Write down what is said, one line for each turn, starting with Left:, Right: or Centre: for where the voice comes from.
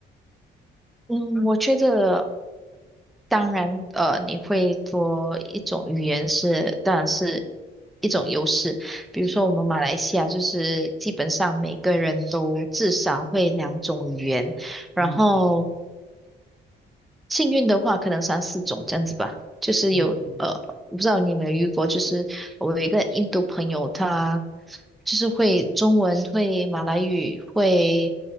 Centre: 嗯，我觉得当然，呃，你会多一种语言是，当然是一种优势。比如说我们马来西亚，就是基本上每个人都至少会两种语言，然后。
Left: 嗯嗯
Centre: 幸运的话，可能三四种这样子吧。就是有呃，
Left: 嗯嗯，
Centre: 我不知道你有没有遇过，就是我有一个印度朋友，他就是会中文、会马来语、会